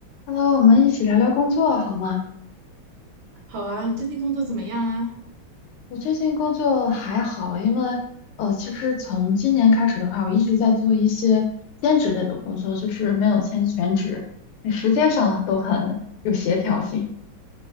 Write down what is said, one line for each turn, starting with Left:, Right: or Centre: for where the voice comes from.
Left: Hello，我们一起聊聊工作好吗？
Right: 好啊，你最近工作怎么样啊？
Left: 嗯我最近工作还好，因为呃，其实从今年开始的话，我一直在做一些兼职类的工作，就是没有签全职，那时间上都很有协调性。